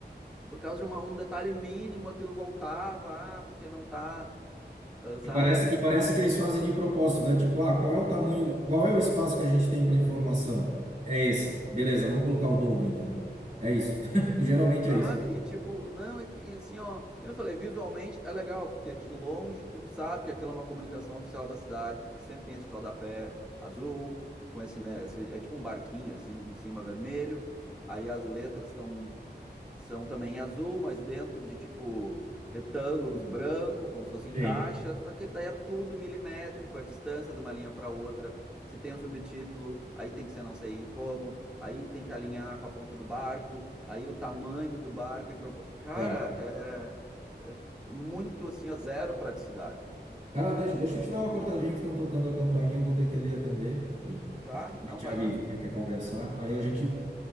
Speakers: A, in the centre; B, on the right.
A: por causa de uma- um detalhe mínimo, aquilo voltava, ah, porque não tá, ah, sabe?
B: e parece, e parece que eles fazem de propósito, né? Tipo, ah, qual é o tamanho, qual é o espaço que a gente tem para informação? É esse. Beleza, vamos colocar o dobro então. É isso. <laughs> Geralmente
A: Sabe?
B: é isso.
A: E tipo, não, é que e assim, ó, que eu falei, visualmente é legal, porque de longe tu sabe que aquilo é uma comunicação oficial da cidade, porque sempre tem esse rodapé azul, com esse, né, esse- é tipo um barquinho assim, em cima vermelho, aí as letras estão são também em azul, mas dentro de tipo retângulos branco, como se fossem
B: Sim.
A: caixas, só que daí é tudo milimétrico, a distância de uma linha para outra. Se tem um subtítulo, aí tem que ser não sei como, aí tem que alinhar com a ponta do barco, aí o tamanho do barco em propor... Cara,
B: É.
A: é, é muito assim, a zero praticidade.
B: Cara, deixa, deixa eu te dar uma cortadinha que estão tocando a campainha, eu vou ter que ali atender. E
A: Tá?
B: geralmente
A: Não vai
B: é a vizinha
A: lá.
B: quer conversar, aí a gente